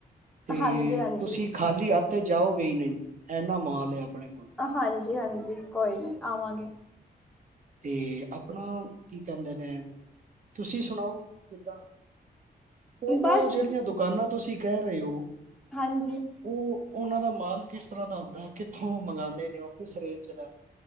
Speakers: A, on the right; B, in the centre.
A: ਤੇ
B: ਹਾਂਜੀ ਹਾਂਜੀ
A: ਤੁਸੀ ਖਾਲੀ ਹੱਥ ਤੇ ਜਾਓਗੇ ਈ ਨੀ, ਐਨਾ ਮਾਲ ਏ ਆਪਣੇ ਕੋਲ।
B: ਹਾਂਜੀ-ਹਾਂਜੀ ਕੋਈ ਨੀ ਆਵਾਂਗੇ।
A: ਤੇ ਆਪਣਾ, ਕੀ ਕੈਂਦੇ ਨੇ ਤੁਸੀ ਸੁਣਾਓ, ਕਿੱਦਾਂ? ਓ-ਓ
B: ਬਸ
A: ਜੇੜੀਆਂ ਦੁਕਾਨਾਂ ਤੂਸੀ ਕੈ ਰਏ ਓ
B: ਹਾਂਜੀ।
A: ਓ ਓਨਾਂ ਦਾ ਮਾਲ ਕਿਸ ਤਰਾਂ ਦਾ ਹੋਂਦੈ, ਕਿੱਥੋਂ ਮੰਗਾਂਦੇ ਨੇ ਓ, ਕਿਸ ਰੇਂਜ ਦੈ?